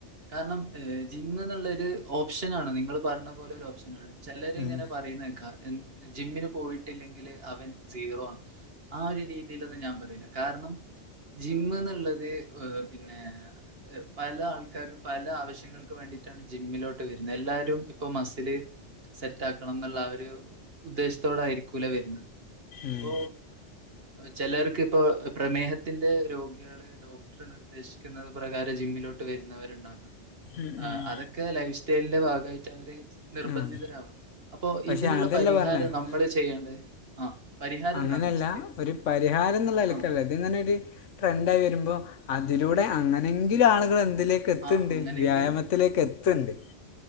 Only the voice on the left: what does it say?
ഉം
ഉം
ഉം ഉം
ഉം
പക്ഷേ
അതല്ല
പറഞ്ഞത്
അങ്ങനെയല്ല
ഒരു പരിഹാരം എന്നുള്ള നിലക്കല്ലേ
അതിന്നെന്നെ ഒരു ട്രെൻഡ് ആയി വരുമ്പോ അതിലൂടെ അങ്ങനെങ്കിലും ആളുകള് എന്തിലേക്ക്- എത്തണ്ട്
വ്യായാമത്തിലേക്ക് എത്തണ്ട്.